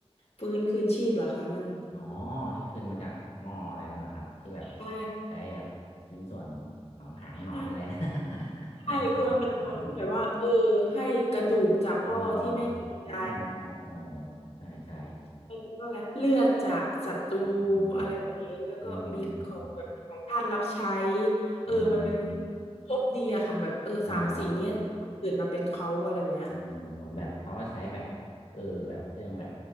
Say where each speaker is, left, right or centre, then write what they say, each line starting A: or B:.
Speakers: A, on the left; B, on the left.
A: ฟื้นคืนชีพเหรอคะมัน
B: อ๋อที่ขึ้นมาจากหม้ออะไรนั่นแหละครับที่แบบ
A: ใช่
B: ใช้แบบชิ้นส่วนของหางหนอนอะไรนะ
A: ใช่ใช่คือมันเป็นตอนที่แบบว่าเออให้กระดูกจากพ่อที่ไม่เต็มใจ
B: <laughs> หางหนอนหางหนอนอ๋ออ๋ออ๋ออ๋อใช่ใช่
A: แล้วก็อะไรเลือดจากศัตรู
B: อืม
A: อะไรแบบนี้แล้วก็มีของแบบของทาสรับใช้
B: อืมอืม
A: เออมันเป็น
B: อืม
A: ครบดีอะค่ะแบบเออสามสิ่งเนี้ยที่เกิดมาเป็นเขาอะไรแบบเนี้ย
B: ใช่เนาะ อ๋อเหมือนแบบเขาก็ใช้แบบเออแบบเรื่องแบบ